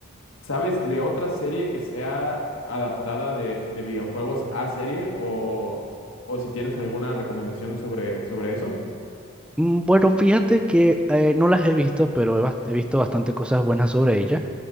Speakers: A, on the left (about 65°); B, in the centre.
A: ¿sabes de otra serie que sea adaptada de, de videojuegos a serie o, o si tienes alguna recomendación sobre, sobre eso?
B: Mm, Bueno, fíjate que eh, no las he visto, pero he, bas- he visto bastante cosas buenas sobre ella.